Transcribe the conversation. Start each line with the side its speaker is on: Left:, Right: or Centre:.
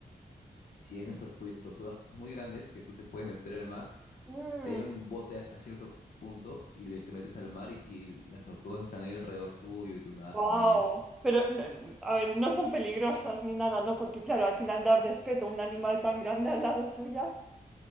Left: Si hay unas tortu- tortugas muy grandes que tú te puedes meter al mar,
Centre: Mm.
Left: te llevan en un bote a, a cierto punto y le- te metes al mar y, y las tortugas están ahí alrededor tuyo y tú nadas
Centre: Wow,
Left: con ellas.
Centre: pero no- a ver, no son peligrosas ni nada, ¿no? Porque claro, al final dar respeto a un animal tan grande al lado tuya.